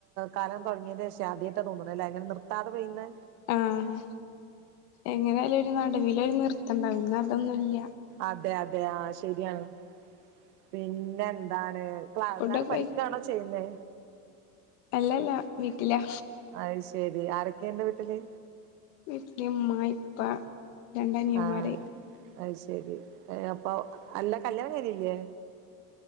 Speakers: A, on the right; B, on the left.
A: കാലം തുടങ്ങിന്റെ ശേഷേ ആദ്യായിട്ട തോന്നണല്ലെ ഇങ്ങനെ നിർത്താതെ പെയ്യണെ
B: ആഹ്. എങ്ങനായാലും നടുവിലൊരു നിർത്തണ്ടാവും ഇന്ന് അതൊന്നുല്ല.
A: അതെ അതെ ആഹ് ശരിയാണ്. പിന്നെ എന്താണ് ക്ലാ
B: ഫുഡൊക്കെ
A: എന്താണ് പഠിക്കാണോ
B: കഴി
A: ചെയ്യുന്നേ?
B: അല്ലല്ല വീട്ടിലാ.
A: അഹ് ശെരി. ആരൊക്കെ ണ്ട് വീട്ടില്?
B: വീട്ടില് ഇമ്മ, ഇപ്പ, രണ്ടനിയന്മാര്
A: ആഹ് അഹ് ശരി. അപ്പം അല്ല കല്യാണം കഴിഞ്ഞില്ലേ?